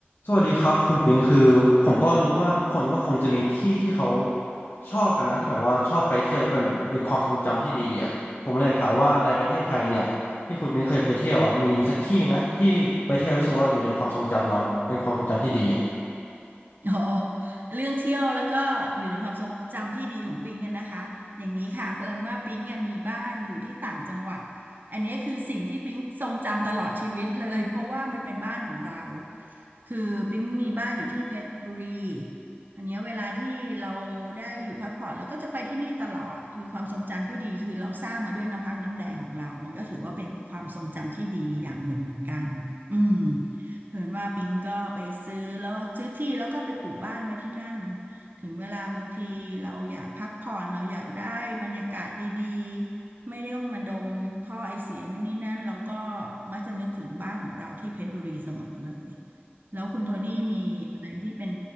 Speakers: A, on the left; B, on the right.
A: สวัสดีครับคุณปิงคือผมก็รู้ว่าทุกคนก็คงจะมีที่ที่เขาชอบกันนะที่แบบว่าชอบไปเที่ยวแล้วเป็นเป็นความทรงจำที่ดีอ่ะผมเลยอยากถามว่าในประเทศไทยเนี่ยที่คุณปิงเคยไปเที่ยวอ่ะมีสักที่ไหมที่ไปเที่ยวแล้วรู้สึกว่าอยู่ในความทรงจำเราเป็นความทรงจำที่ดีอ่ะ
B: โอ้เรื่องเที่ยวแล้วก็อยู่ในความทรงจำที่ดีของปิงกันนะคะอย่างนี้ค่ะเผอิญว่าปิงเนี่ยมีบ้านอยู่ที่ต่างจังหวัดอันนี้คือสิ่งที่ปิงทรงจำตลอดชีวิตเลยเพราะว่ามันเป็นบ้านของเรา คือปิงมีบ้านอยู่ที่เพชรบุรีอันเนี้ยเวลาที่เราได้อยู่พักผ่อนเราก็จะไปที่นี่ตลอดคือความทรงจำที่ดีคือเราสร้างมาด้วยน้ำพักน้ำแรงของเรามันก็ถือว่าเป็นความทรงจำที่ดีอย่างหนึ่งเหมือนกันอืม เผื่อว่าปิงก็ไปซื้อแล้วซื้อที่แล้วก็ไปปลูกบ้านไว้ที่นั่น ถึงเวลาบางทีเราอยากพักผ่อนเราอยากได้บรรยากาศดีๆ ไม่ได้ต้องมาดมท่อไอเสียนู่นนี่นั่นเราก็มักจะนึกถึงบ้านของเราที่เพชรบุรีเสมอเลยแล้วคุณโทนี่มีอะไรที่เป็น